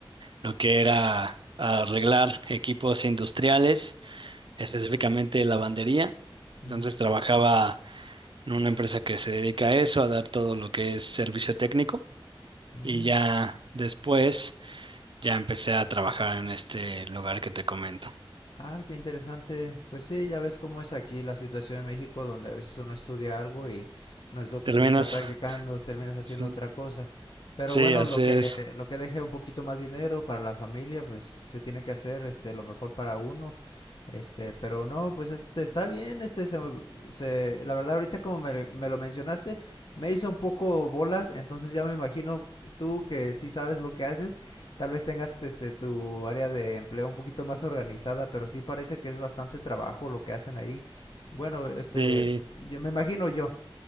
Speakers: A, on the right (about 60°); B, on the left (about 55°).
A: lo que era arreglar equipos industriales, específicamente lavandería.
B: ujú.
A: Entonces trabajaba en una empresa que se dedica a eso, a dar todo lo que es servicio técnico.
B: Mm.
A: Y ya después, ya empecé a trabajar en este lugar que te comento.
B: Ah, qué interesante. Pues sí, ya ves cómo es aquí la situación en México, donde a veces uno estudia algo y no es lo
A: ¿Terminas?
B: que termina practicando, terminas haciendo
A: Sí,
B: otra cosa. Pero
A: sí,
B: bueno,
A: así
B: lo que
A: es.
B: lo que deje un poquito más dinero para la familia, pues se tiene que hacer este lo mejor para uno. Este, pero no, pues este está bien, este se, se- la verdad ahorita como me, me lo mencionaste, me hizo un poco bolas, entonces ya me imagino tú que sí sabes lo que haces. Tal vez tengas este tu área de empleo un poquito más organizada, pero sí parece que es bastante trabajo lo que hacen ahí. Bueno, este,
A: Sí,
B: yo me imagino yo,